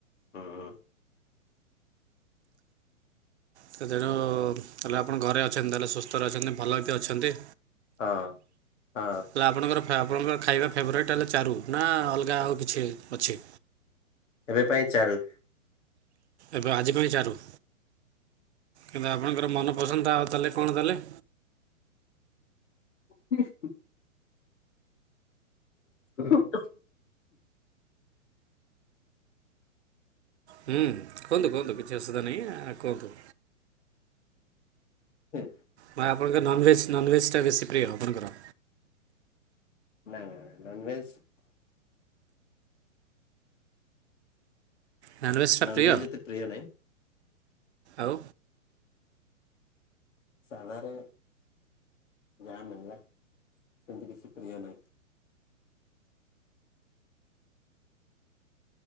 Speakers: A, on the left; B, on the right.
A: ହୁଁ ହୁଁ
B: ସେ ତେଣୁ ତାହେଲେ ଆପଣ ଘରେ ଅଛନ୍ତି। ତାହେଲେ ସୁସ୍ଥରେ ଅଛନ୍ତି। ଭଲ ହେଇକି ଅଛନ୍ତି।
A: ହଁ ହଁ।
B: ତାହେଲା ଆପଣଙ୍କର ଆପଣଙ୍କର ଖାଇବା ଫେବରାଇଟ୍ ହେଲେ ଚାରୁ ନା ଅଲଗା ଆଉ କିଛି ଅଛି?
A: ଏବେ ପାଇଁ ଚାରୁ।
B: ଏବେ ଆଜି ପାଇଁ ଚାରୁ। କିନ୍ତୁ ଆପଣଙ୍କର ମନପସନ୍ଦ ଆଉ ତାହାଲେ କଣ ତାହାଲେ?
A: <inaudible> <inaudible>
B: ହୁଁ କୁହନ୍ତୁ କୁହନ୍ତୁ କିଛି ଅସୁବିଧା ନାହିଁ କୁହନ୍ତୁ।
A: ହୁଁ।
B: ମା ଆପଣଙ୍କ ନନ୍ଭେଜ୍ ନନ୍ଭେଜ୍ ଟା ବେଶୀ ପ୍ରିୟ ଆପଣଙ୍କର।
A: ନାଇଁ ନାଇଁଁ ନାଇଁ ନନ୍ଭେଜ
B: ନନଭେଜ୍ଟା
A: ନନଭେଜ୍
B: ପ୍ରିୟ
A: ଏତେ ପ୍ରିୟ ନାହିଁ
B: ଆଉ
A: ସାଧାରେ ଯାହା ମଳିଲା ସେମିତି କିଛି ପ୍ରିୟ ନାହିଁ।